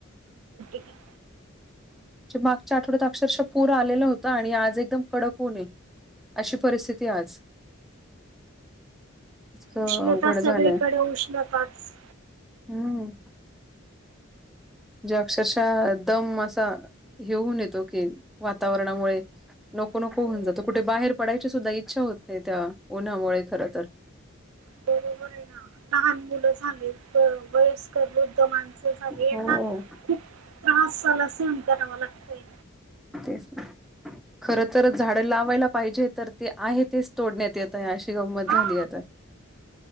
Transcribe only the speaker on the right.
<unintelligible> <inaudible>
उष्णता
सगळीकडे उष्णताच
हो.
<unintelligible> बरोबर आहे ना लहान मुलं झाले <unintelligible> वयस्कर बुद्धमान <unintelligible> झा यांना
खूप त्रास झाला असेण करावा लागतय
हा